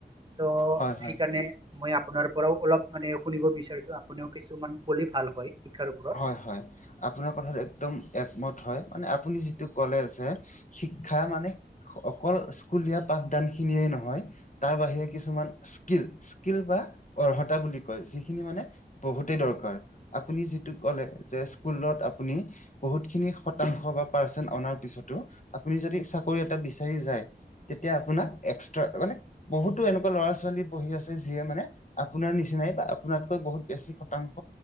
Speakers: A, on the right; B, on the left.
A: চ'
B: হয় হয়
A: সেইকাৰণে মই। আপোনাৰ পৰাও অলপ মানে শুনিব বিচাৰিছোঁ আপুনিও কিছুমান ক'লে ভাল হয়। শিক্ষাৰ ওপৰত
B: হয়-হয় আপোনাৰ কথাত একদম এক হয়, মানে আপুনি যিটো কলে আছে শিক্ষা মানে অকল স্কুলীয়া পাঠ। নহয় তাৰ বাহিৰে কিছুমান স্কিল স্কিল বা অৰ্হতা বুলি কয় যি। মানে বহুতেই দৰকাৰ আপুনি যিটো। কলে যে জেচস্কুল নত আপুনি বহুত খিনি শতাংশ বা পাৰ্চেন অনাৰ পিছতু আপুনি। যদি চাকৰি এটা বিচাৰি যায় তেতিয়া আপোনাক এস্কত্ৰা মানে আছে যিয় মানে আপোনাৰ নিচিনাই বা আপোননাতকৈ বহুত বেছি শতাংশ